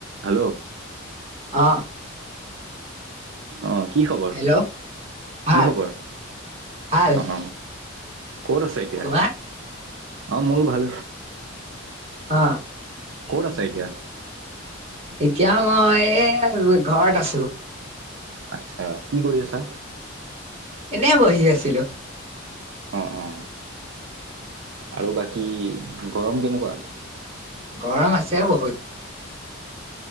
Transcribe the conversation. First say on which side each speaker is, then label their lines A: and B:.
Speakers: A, on the right (about 70°); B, on the right (about 30°).
A: Hello
B: অ
A: আহ কি খবৰ
B: হেল্ল' ভাল
A: কি খবৰ
B: ভাল
A: আহ ক'ত আছে এতিয়া
B: তোমাৰ
A: অ মোৰো ভাল
B: হা
A: ক'ত আছা এতিয়া
B: এতিয়া মই ঘৰত এ ঘৰত আছো
A: আচ্ছা কি কৰি আছা
B: এনেই বহি আছিলো
A: অ অ আৰু বাকী গৰম কেনেকুৱা
B: গৰম আছে বহুত